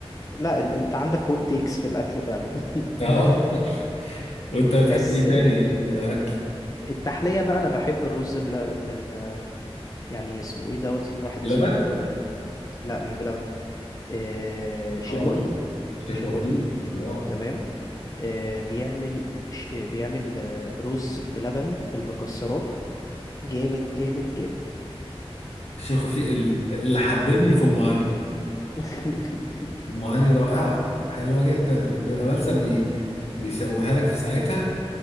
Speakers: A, on the left; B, on the left.
A: لا ال... انت عندك هوت تيكس في الاكل فعلا <laughs>
B: اه <laughs> وانت بتحب
A: بس
B: ايه
A: آه،
B: تاني اكل
A: التحلية بقى انا بحب الرز بلبن من آه، يعني اسمه ايه دوت في واحد
B: لبن
A: اسمه آه، لا مش بلبن آه، شيخ
B: صابر
A: وفيق
B: شيخ
A: شيخ
B: وفيق
A: وفيق
B: الله
A: تمام آه، بيعمل ش- آه، بيعمل آه، رز بلبن بالمكسرات جامد جامد جامد
B: الشيخ وفيق ال- اللي حببني في ام علي
A: <laughs>
B: ام علي رائعه حلوه جدا وابن الامالسه بي... بيسويها لك في ساعتها